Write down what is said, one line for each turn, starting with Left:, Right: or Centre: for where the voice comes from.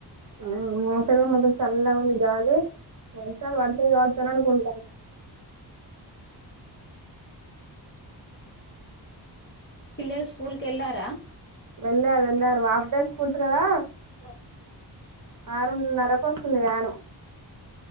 Right: అ ఆ మోటగా మదం చల్లగుంది గాలి వర్షాలు బడతాయి కావచ్చు అననుకుంటా
Left: పిల్లలు స్కూల్ కి ఎళ్లారా
Right: వెళ్ళారు వెళ్ళారు హాఫ్ డేస్ స్కూల్స్ కదా
Left: <inaudible>
Right: ఆరున్నరకు వస్తుంది వ్యాను